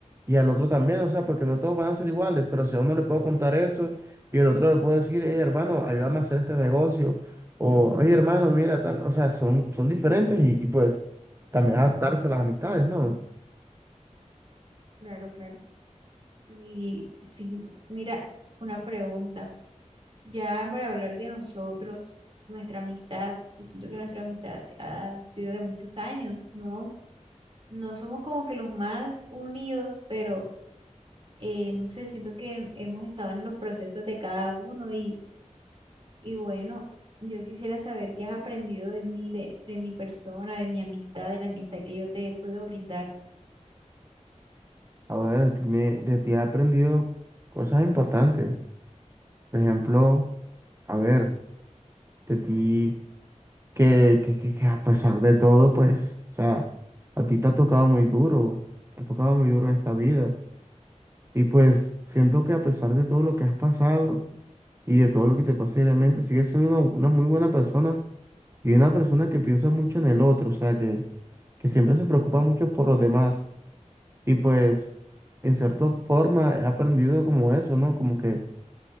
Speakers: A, on the right; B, on the right.
A: y al otro también, o sea, porque no todos van a ser iguales, pero si a uno le puedo contar eso, y el otro le puedo decir, hey, hermano, ayúdame a hacer este negocio, o oye, hermano, mira tal, o sea, son, son diferentes y, y, pues también adaptarse a las amistades, ¿no?
B: Claro, claro. Y sí, mira, una pregunta. Ya para hablar de nosotros, nuestra amistad, yo siento que nuestra amistad ha sido de muchos años, ¿no? No somos como que los más unidos, pero eh, no sé, siento que hemos estado en los procesos de cada uno y, y bueno, yo quisiera saber qué has aprendido de mí, de, de mi persona, de mi amistad, de la amistad que yo te puedo brindar.
A: Ahora de ti, me- de ti he aprendido cosas importantes. Por ejemplo, a ver, de ti. que, que, que, que a pesar de todo, pues, o sea, a ti te ha tocado muy duro, te ha tocado muy duro en esta vida. Y pues siento que a pesar de todo lo que has pasado y de todo lo que te pasa diariamente, sigues siendo una, una muy buena persona y una persona que piensa mucho en el otro, o sea, que, que siempre se preocupa mucho por los demás. Y pues, en cierta forma, he aprendido como eso, ¿no? Como que